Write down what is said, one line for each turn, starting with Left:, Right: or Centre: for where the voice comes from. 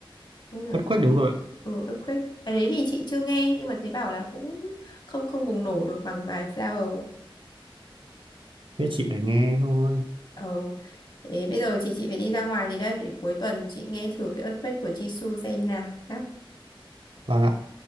Left: đúng không nhở
Right: Earthquake đúng rồi ạ.
Left: ừ, Earthquake bài đấy thì chị chưa nghe nhưng mà thấy bảo là cũng không không bùng nổ được bằng bài Flower
Right: Thế chị phải nghe thôi.
Left: ờ thế bây giờ chị chị phải đi ra ngoài thì đây để cuối tuần chị nghe thử cái Earthquake của Jisoo xem nào nhá
Right: Vâng ạ.